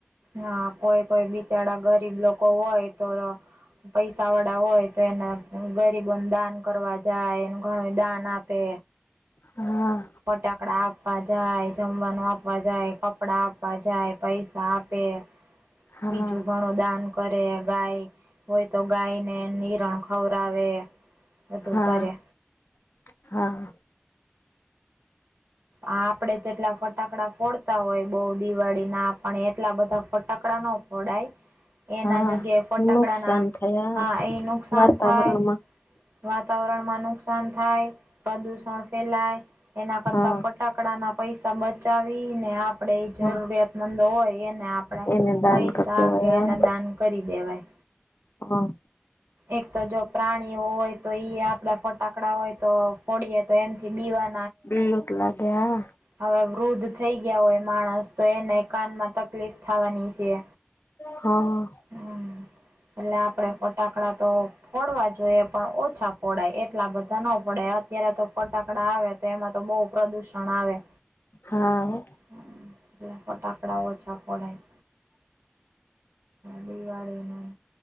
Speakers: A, on the right; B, on the left.
A: હા કોઈ કોઈ બિચારા ગરીબ લોકો હોય તો પૈસા વાળા હોય તો એના ગરીબોને દાન કરવા જાય એને ઘણો દાન આપે
B: હા.
A: ફટાકડા આપવા જાય જમવાનું આપવા જાય કપડા આપવા જાય પૈસા આપે
B: હા
A: બીજું ઘણો દાન કરે ગાય હોય તો ગાયને નિરણ ખવરાવે બધું
B: હા-હા.
A: કરે આ આપડે જેટલા ફટાકડા ફોડતા હોય બહું દિવાળી ના પણ એટલા બધા ફટાકડા નો ફોડાય એના
B: હા
A: જગ્યા ફટાકડા
B: નુકસાન
A: ના
B: થયા
A: હા એ નુકસાન
B: વાતાવરણમાં
A: થાય વાતાવરણ માં નુકસાન થાય પ્રદુષણ ફેલાય એના કરતા
B: હા
A: ફટાકડા ના પૈસા બચાવી ને આપ આપણેે એ જરૂરિયાતમંદ
B: હા
A: હોય એને આપણેે
B: એને દાન
A: પૈસા
B: કરી દેવાયા
A: કે એને દાન કરી દેવાય.
B: હા.
A: એક તો જો પ્રાણીઓ હોય તો એઈ આપડા ફટાકડા હોય તો ફડીએ તો એથી બી વાના
B: બીલત લાગે હા.
A: હવે વૃદ્ધ થઈ ગયા હોય માણસ તો એને કાનમાં તકલીફ થવાની છે.
B: હા.
A: હમ એટલે આપડે ફટાકડા તો ફોડવા જોઈએ પણ ઓછા ફોડાય એટલા બધા નો પડાય અત્યારે તો ફટાકડા આવે તે એમાં તો બહુ પ્રદુષણ આવે
B: હા હો.
A: હમ્મ એટલે ફટાકડાઓ ઓછા ફોડાય દીવાડીમાં